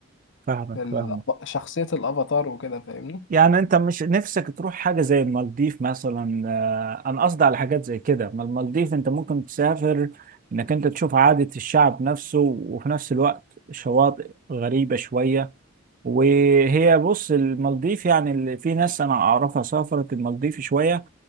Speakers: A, on the right; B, on the left.
A: فاهمك
B: في ال-
A: فاهمك
B: شخصيه الافاتار وكده فاهمني
A: يعني انت مش نفسك تروح حاجة زي المالديف مثلا آه، انا قصدي على حاجات زي كده ما المالديف انت ممكن تسافر انك انت تشوف عادة الشعب نفسه وفي نفس الوقت شواطئ غريبة شوية وهي بص المالديف يعني اللي في ناس انا اعرفها سافرت المالديف شوية